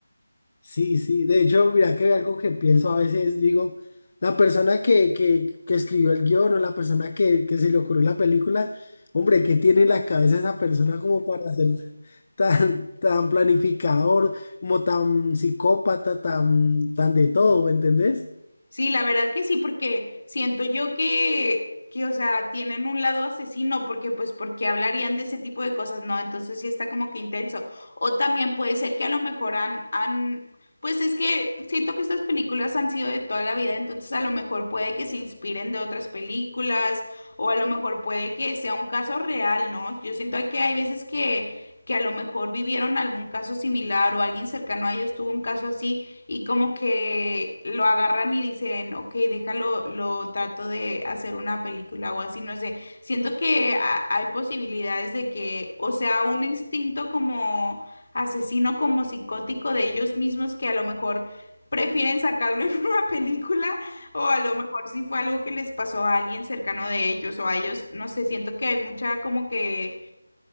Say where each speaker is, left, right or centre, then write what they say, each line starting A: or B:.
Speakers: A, on the left; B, on the left.
A: Sí, sí. De hecho, mira que algo que pienso a veces, digo, la persona que, que, que escribió el guión o la persona que, que se le ocurrió la película, hombre, ¿qué tiene en la cabeza esa persona como para ser tan, tan planificador, como tan psicópata, tan, tan de todo, ¿me entendés?
B: Sí, la verdad que sí, porque siento yo que, que, o sea, tienen un lado asesino, porque pues, porque hablarían de ese tipo de cosas, ¿no? Entonces sí está como que intenso. O también puede ser que a lo mejor han, han, pues es que siento que estas películas han sido de toda la vida, entonces a lo mejor puede que se inspiren de otras películas, o a lo mejor puede que sea un caso real, ¿no? Yo siento que hay veces que, que a lo mejor vivieron algún caso similar o alguien cercano a ellos tuvo un caso así y como que lo agarran y dicen, ok, déjalo, lo trato de hacer una película o así, no sé. Siento que ha- hay posibilidades de que, o sea, un instinto como asesino, como psicótico de ellos mismos que a lo mejor prefieren sacarlo <laughs> en una película o a lo mejor si fue algo que les pasó a alguien cercano de ellos o a ellos, no sé, siento que hay mucha como que